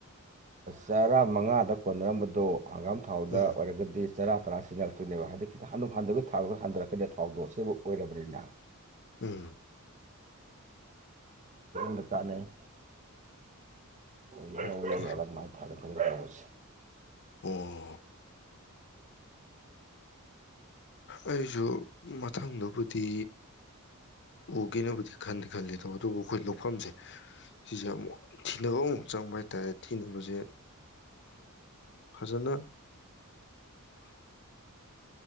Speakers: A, on the right (about 35°); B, on the left (about 55°).
A: ꯆꯔꯥ ꯃꯉꯥꯗ ꯀꯣꯟꯅꯔꯝꯕꯗꯨꯣ ꯍꯪꯒꯥꯝ ꯊꯥꯎꯗ
B: ꯎꯝ
A: ꯑꯣꯏꯔꯒꯗꯤ ꯆꯔꯥ ꯇꯔꯥ ꯁꯤꯖꯤꯟꯅꯔꯛꯇꯣꯏꯅꯦꯕ ꯍꯥꯏꯗꯤ ꯈꯤꯇꯪ ꯍ ꯍꯟꯊꯒꯩ ꯊꯥꯕ ꯈꯔ ꯍꯟꯊꯔꯛꯀꯅꯤꯗ ꯊꯥꯎꯗꯣ ꯑꯁꯦꯡꯕ ꯑꯣꯏꯔꯕꯅꯤꯅ
B: ꯎꯝ
A: ꯗ ꯀꯥꯅ ꯂꯧ
B: ꯑꯣꯀꯦ
A: ꯂꯧꯔꯒ ꯑꯗꯨꯃꯥꯏꯅ ꯊꯥꯗꯅ ꯈꯣꯠꯇꯅ ꯇꯧꯕꯁꯦ
B: ꯑꯣ ꯑꯩꯁꯨ ꯃꯊꯪꯗꯕꯨꯗꯤ ꯎꯒꯦꯅꯕꯨꯗꯤ ꯈꯟꯗꯤ ꯈꯜꯂꯤꯦ ꯇꯧꯕ ꯑꯗꯨꯕꯨ ꯑꯩꯈꯣꯏ ꯂꯧꯐꯝꯁꯦ ꯁꯤꯁꯦ ꯑꯃꯨꯛ ꯊꯤꯅꯕ ꯑꯃꯨꯛ ꯆꯪꯕ ꯍꯥꯏꯇꯥꯔꯦ ꯊꯤꯅꯕꯁꯦ ꯐꯖꯅ